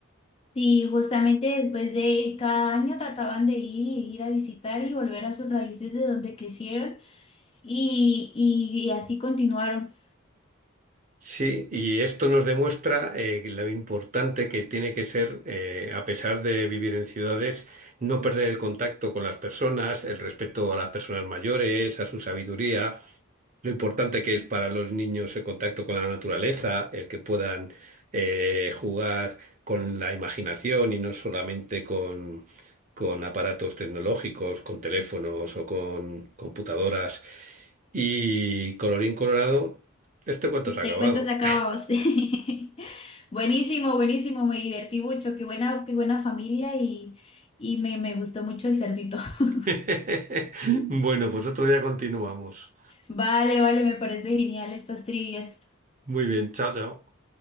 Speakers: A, on the left; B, on the right.
A: Y justamente después de ir cada año trataban de ir, ir a visitar y volver a sus raíces de donde crecieron y, y y así continuaron.
B: Sí, y esto nos demuestra eh, lo importante que tiene que ser, eh, a pesar de vivir en ciudades, no perder el contacto con las personas, el respeto a las personas mayores, a su sabiduría, lo importante que es para los niños el contacto con la naturaleza, el que puedan eh, jugar con la imaginación y no solamente con, con aparatos tecnológicos, con teléfonos o con computadoras. Y colorín colorado, este cuento
A: Este
B: se ha acabado.
A: cuento se ha acabado, <laughs> sí. Buenísimo, buenísimo, me divertí mucho, qué buena, qué buena familia y, y me, me gustó mucho el cerdito. <laughs>
B: <laughs> Bueno, pues otro día continuamos.
A: Vale, vale, me parece genial estas trivias.
B: Muy bien, chao, chao.